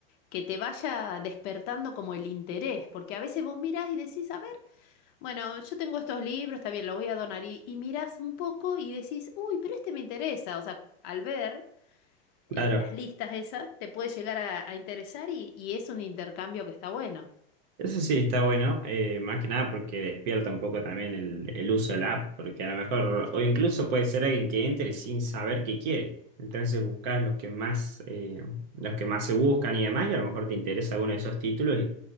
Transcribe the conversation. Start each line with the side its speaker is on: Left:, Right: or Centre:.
Left: que te vaya despertando como el interés, porque a veces vos mirás y decís, a ver, bueno, yo tengo estos libros, está bien, los voy a donar y, y mirás un poco y decís, uy, pero este me interesa. O sea, al ver eh,
Right: Claro,
Left: las listas esas, te puede llegar a, a interesar y, y es un intercambio que está bueno.
Right: eso sí está bueno, eh, más que nada porque despierta un poco también el, el uso de la app, porque a lo mejor, o incluso puede ser alguien que entre sin saber qué quiere. Entonces buscas los que más, eh, los que más se buscan y demás, y a lo mejor te interesa alguno de esos títulos